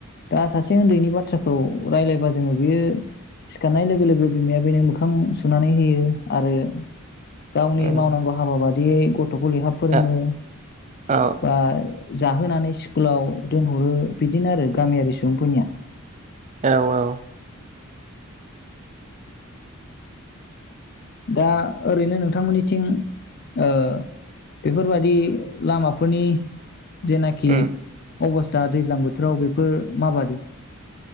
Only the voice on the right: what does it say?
उम
औ औ
औ औ
उम